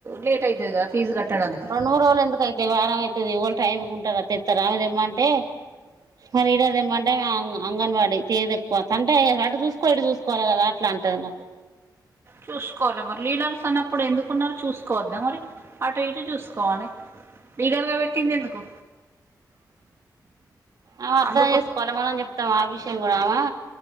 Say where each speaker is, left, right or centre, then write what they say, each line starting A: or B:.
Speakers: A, on the right; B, on the right.
A: లేట్ అయితదిగ ఫీజు కట్టడానికి
B: నూ రోలు ఎందుకు అయితయ్ వారం అయితది ఇవాళ టైమ్కి ఉంటారా తెత్తార ఆమె తెమ్మంటే మరి ఇడదేమ్మంటే అంగన్ అంగన్వాడీ తేద ఎక్వ అంటే అటు చూసుకో ఇటు చూసుకోవాలి కదా ఇట్లా అంటారు నాకు
A: చూసుకోవాల మర్ లీల్లను తను అప్పుడు ఎందుకున్నారు చూసుకోవద్దా మరి అటు ఇటు చూసుకోవాలే డీగర్గా పెట్టింది ఎందుకు
B: ఆమె అర్థం
A: అందుకో
B: చేసుకోవాలి మనం చెప్తామ ఆ విషయం కూడా ఆమా